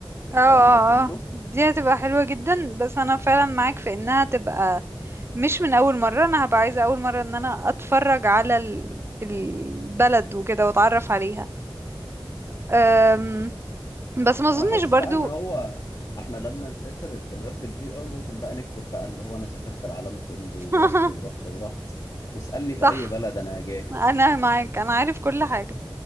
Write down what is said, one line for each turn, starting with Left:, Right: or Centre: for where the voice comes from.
Left: والكلام
Right: اه اه
Left: ده كله
Right: اه دي هتبقى حلوة جدا بس انا فعلا معاك في انها تبقى مش من اول مرة انا هبقى عايزة اول مرة ان انا اتفرج على ال- البلد وكده واتعرف عليها أم، بس ما اظنش
Left: انا حاسس
Right: برضو
Left: بقى ان هو احنا لما نسافر البلاد بالفي ار ممكن بقى نكتب بقى اللي هو انا سافرت العالم كله
Right: <laughs>
Left: ورحت ورحت ورحت واسألني في
Right: صح
Left: اي بلد انا جاهز
Right: انا معاك انا عارف كل حاجة